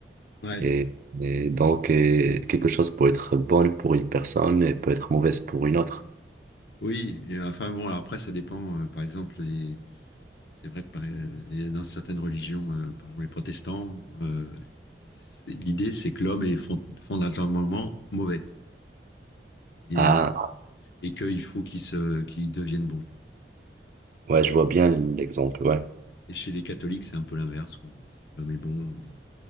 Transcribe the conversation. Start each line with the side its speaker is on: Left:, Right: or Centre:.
Left: Ouais.
Right: Et, et donc, euh, quelque chose peut être bonne pour une personne et peut être mauvaise pour une autre.
Left: Oui. et enfin bon, alors après ça dépend. euh, par exemple, les- c'est vrai que par- euh, il y a dans certaines religions, euh, par exemple les protestants, euh, c'est- l'idée c'est que l'homme est fond- fondamentalement mauvais. Il
Right: Ah,
Left: est- et qu'il faut qu'il se, qu'il devienne bon.
Right: ouais, je vois bien l'exemple, ouais.
Left: Et chez les catholiques, c'est un peu l'inverse. On dit que l'homme est bon et,